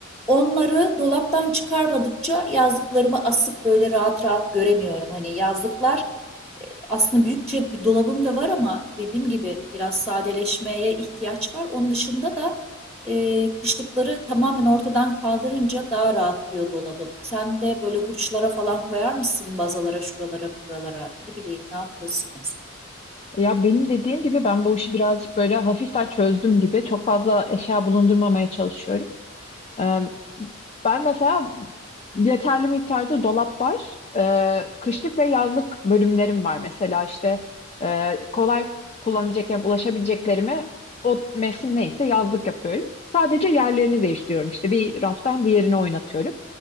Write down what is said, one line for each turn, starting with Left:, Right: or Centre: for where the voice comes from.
Centre: Onları dolaptan çıkarmadıkça yazlıklarımı asıp böyle rahat rahat göremiyorum. Hani yazlıklar aslında büyükçe bir dolabım da var ama dediğim gibi biraz sadeleşmeye ihtiyaç var. Onun dışında da e, kışlıkları tamamen ortadan kaldırınca daha rahatlıyor dolabım. Sen de böyle hurçlara falan koyar mısın bazalara, şuralara, buralara? Ne bileyim, ne yapıyorsun mesela?
Left: Ya benim dediğim gibi ben bu işi birazcık böyle hafiften çözdüm gibi. Çok fazla eşya bulundurmamaya çalışıyorum. Ee, ben mesela yeterli miktarda dolap var. Ee, kışlık ve yazlık bölümlerim var mesela işte Ee, kolay kullanabileceklerim, ulaşabileceklerimi o mevsim neyse yazlık yapıyorum. Sadece yerlerini değiştiriyorum işte bir raftan diğerine oynatıyorum.